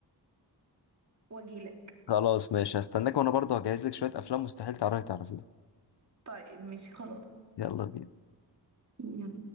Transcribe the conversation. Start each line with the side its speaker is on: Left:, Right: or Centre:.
Right: واجيلك
Left: خلاص ماشي هستناك وانا برضه هجهز لك شويه افلام مستحيل تعرفي تعرفيها
Right: طيب ماشي خلاص
Left: يلا بينا
Right: يلا